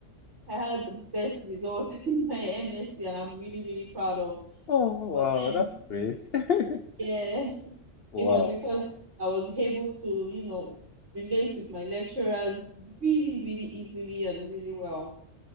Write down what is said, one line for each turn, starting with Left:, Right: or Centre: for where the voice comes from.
Right: I had the best results <laughs> in my MSc and I'm really, really proud of.
Left: oh wow,
Right: But then
Left: that's great. <laughs>
Right: yeah,
Left: Wow,
Right: it was because I was able to, you know, relate with my lecturers really, really easily and really well.